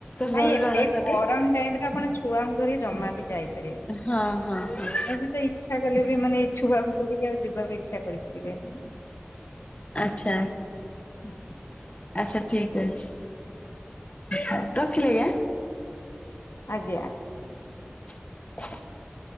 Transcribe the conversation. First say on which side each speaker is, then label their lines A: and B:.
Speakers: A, on the left (about 75°); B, on the left (about 30°).
A: ନାଇଁ
B: ରହିବେ
A: ଏବେ
B: ଅଣସରରେ।
A: ଗରମ ଟାଇମ୍ ରେ ଆପଣ ଛୁଆଙ୍କୁ ଧରିକି ଜମା ବି ଯାଇପାରିବେନି।
B: ହଁ, ହଁ, ହଁ।
A: ମୁଁ ବି ତ ଇଚ୍ଛା କଲେ ବି ମାନେ ଏ ଛୁଆକୁ ଧରିକି ଆଉ ଯିବାକୁ ବି ଇଚ୍ଛା କରିପାରିବିନି।
B: ଆଛା।
A: <inaudible>
B: ଆଚ୍ଛା ଠିକ୍ ଅଛି ରଖିଲି ଆଜ୍ଞା।
A: ଆଜ୍ଞା।
B: <inaudible>